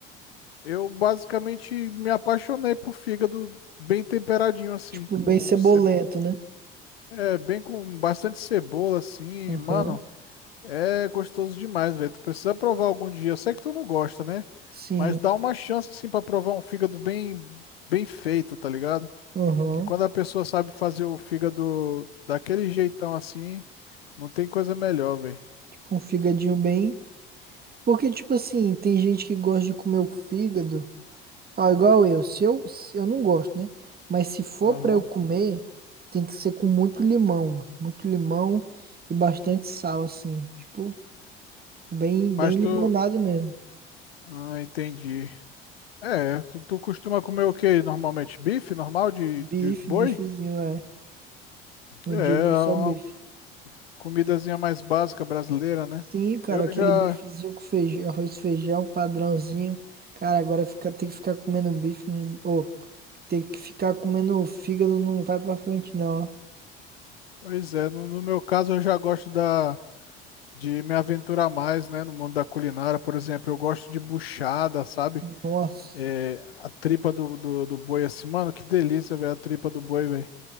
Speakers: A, on the left; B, on the right.
A: Eu basicamente me apaixonei por fígado bem temperadinho, assim,
B: Tipo,
A: com
B: bem cebolento,
A: ce-
B: né?
A: é, bem com bastante cebola, assim,
B: Aham.
A: mano. É gostoso demais, velho. Tu precisa provar algum dia. Eu sei que tu não gosta, né?
B: Sim.
A: Mas dá uma chance, assim, pra provar um fígado bem, bem feito, tá ligado?
B: Aham.
A: Que quando a pessoa sabe fazer o fígado daquele jeitão assim, não tem coisa melhor, velho.
B: Tipo um fígadinho bem. Porque, tipo assim, tem gente que gosta de comer o fígado. Ah, igual eu. Se eu, se- eu não gosto, né? Mas se for
A: Aham.
B: pra eu comer, tem que ser com muito limão. Mano. Muito limão e bastante sal, assim. Tipo, bem, bem
A: Mas
B: limonado
A: tu,
B: mesmo.
A: Ah, entendi. É, tu, tu costuma comer o que normalmente? Bife normal de,
B: Bife,
A: de boi?
B: bifezinho, é. No
A: É, é
B: dia a dia
A: uma
B: só o bife.
A: comidazinha mais básica brasileira, né?
B: Sim, cara,
A: Eu
B: aquele
A: já,
B: bifezinho com feijão, arroz, e feijão, padrãozinho. Cara, agora fica, tem que ficar comendo bife. Ô. Ter que ficar comendo fígado não vai pra frente, não. ó.
A: pois é, no, no meu caso eu já gosto da, de me aventurar mais, né, no mundo da culinária, por exemplo, eu gosto de buchada, sabe?
B: Nossa.
A: É, a tripa do, do, do boi assim, mano, que delícia, velho, a tripa do boi, velho.